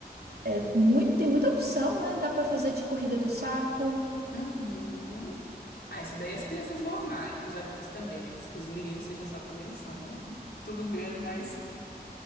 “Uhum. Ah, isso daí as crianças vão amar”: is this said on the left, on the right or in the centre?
Left